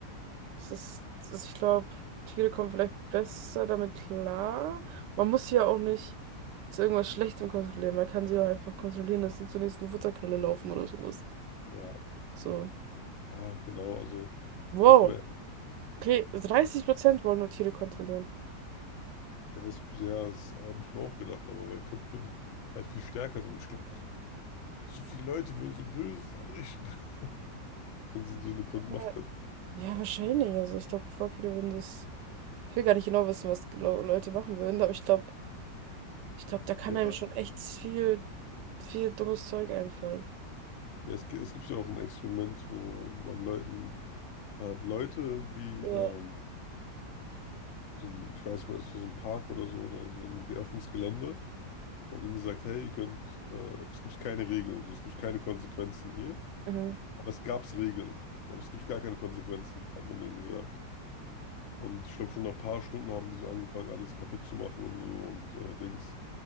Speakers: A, on the right; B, on the left.
A: es ist, es ist ich glaube, Tiere kommen vielleicht besser damit klar. Man muss sie ja auch nicht zu irgendwas Schlechtem kontrollieren. Man kann sie auch einfach kontrollieren, dass sie zur nächsten Futterquelle laufen oder sowas.
B: ja.
A: So.
B: Ja, genau, also
A: Wow.
B: muss man,
A: Okay, 30% wollen nur Tiere kontrollieren.
B: ja, ist, ja, das habe ich mir auch gedacht, aber weil Köpfe halt viel stärker sind. Und ich glaube auch, so viele Leute würden so Böses anrichten, <laughs> wenn sie so eine
A: Ja,
B: Macht hätten.
A: ja, wahrscheinlich. Also ich glaube, voll viele würden das. Ich will gar nicht genau wissen, was gelo- Leute machen würden, aber ich glaube, ich glaube, da kann
B: Ja,
A: einem schon echt viel, viel dummes Zeug einfallen.
B: ja es, gi- es gibt ja auch ein Experiment, wo man Leuten, man hat Leute wie,
A: Ja.
B: ähm, so ein, ich weiß nicht mehr, das war so ein Park oder so, oder so ein geöffnetes Gelände und ihnen gesagt, hey, ihr könnt, äh, es gibt keine Regeln, so, es gibt keine Konsequenzen hier,
A: Mhm.
B: aber es gab Regeln, so, aber es gibt gar keine Konsequenzen, hat man denen gesagt. Und ich glaube, schon nach ein paar Stunden haben die so angefangen, alles kaputt zu machen und so und äh, Dings.